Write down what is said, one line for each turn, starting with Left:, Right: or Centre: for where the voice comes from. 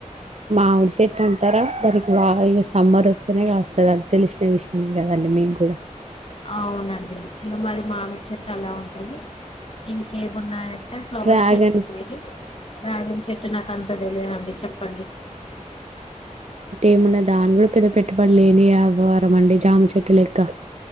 Right: మామిడి చెట్టు అంటారా దానికి వా ఇక సమ్మర్ వస్తేనే కాస్తుంది అది తెలిసిన విషయమే కదండి మీకు కూడా
Left: అవునండి ఇ మళీ మామి చెట్ అలా ఉంటాయి ఇంకేమిన్నాయంటే ఫ్లవర్
Right: డ్రాగన్
Left: చెట్టు ఉన్నాయి రాజ చెట్టు నాకు అంత తెలియదండి చెప్పండి
Right: ఏమున్నా దాని కూడా పెద్ద పెట్టుబడిలేని ఆవారం అండి జామ చెట్టు లెక్క